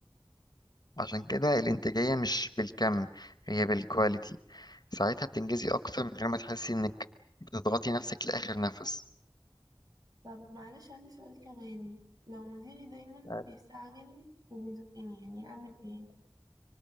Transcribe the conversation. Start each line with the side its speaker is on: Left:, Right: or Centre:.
Left: عشان كده الانتاجية مش بالكم هي بالكواليتي ساعتها بتنجزي أكتر من غير ما تحسي إنك بتضغطي نفسك لآخر نفس
Right: طب معلش عندي سؤال كمان لو مديري دايما
Left: يعني
Right: بيستعجل وبيزقني يعني اعمل ايه